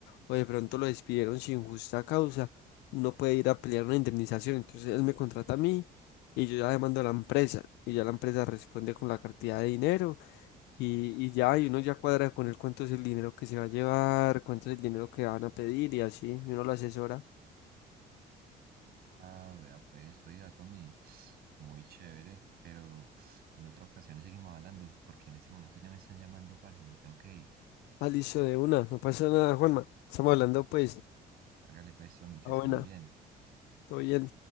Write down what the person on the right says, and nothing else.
Ah, vea pues, oiga, Tommy, muy chévere, pero en otra ocasión seguimos hablando, porque en este momento ya me están llamando, parce, y me tengo que ir.
Hágale pues, Tommy, que
esté
muy bien.